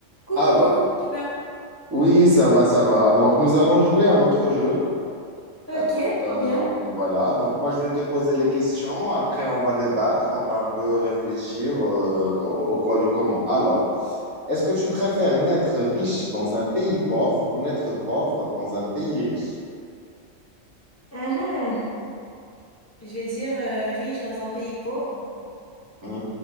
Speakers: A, on the left; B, on the right.
A: Coucou,
B: Alors,
A: comment tu vas?
B: oui, ça va, ça va. Donc, nous allons jouer à notre jeu.
A: Ok,
B: Euh,
A: trop bien.
B: voilà, donc moi, je vais te poser les questions. Après, on va débattre, on va un peu réfléchir euh, au, au quoi du comment. Alors, est-ce que tu préfères naître riche dans un pays pauvre ou naître pauvre dans un pays riche?
A: Mhm. Je vais dire euh, riche dans un pays pauvre.
B: Hmm.